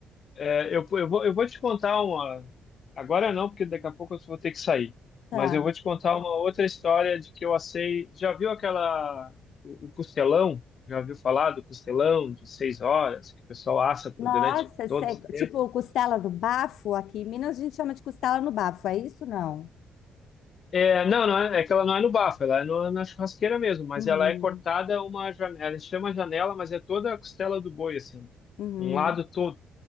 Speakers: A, on the left; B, on the left.
A: É, eu, eu vou, eu vou te contar uma. Agora não, porque daqui a pouco eu vou ter que sair.
B: Tá.
A: Mas eu vou te contar uma outra história de que eu assei. Já viu aquela. O o costelão? Já ouviu falar do costelão de seis horas, que o pessoal assa por
B: Nossa,
A: durante todo
B: sei,
A: esse tempo?
B: tipo costela do bafo, aqui em Minas a gente chama de costela no bafo, é isso não?
A: É, não, não é, é que ela não é no bafo, ela é no- na churrasqueira mesmo, mas
B: Uhum,
A: ela é cortada uma janela, ela chama janela, mas é toda a costela do boi, assim,
B: uhum.
A: um lado todo.